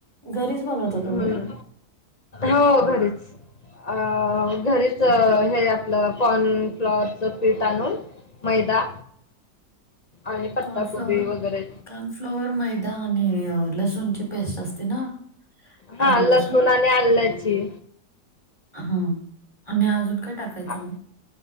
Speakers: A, on the left; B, on the left.
A: घरीच बनवता तुम्ही
B: हम्म हो घरीच. अ घरीच हे आपल कॉर्न फ्लॉवरच पीठ आणून मैदा आणि पत्ताकोबी
A: कॉर्नफ्लॉवर
B: वगैरे
A: कर्नफ्लॉवर, मैदा आणि लसूणची पेस्ट असते ना?
B: हा
A: आलं
B: लसून
A: लसूण
B: आणि आल्ल्याची.
A: हा आणि अजून काय टाकायच
B: आ-
A: मग?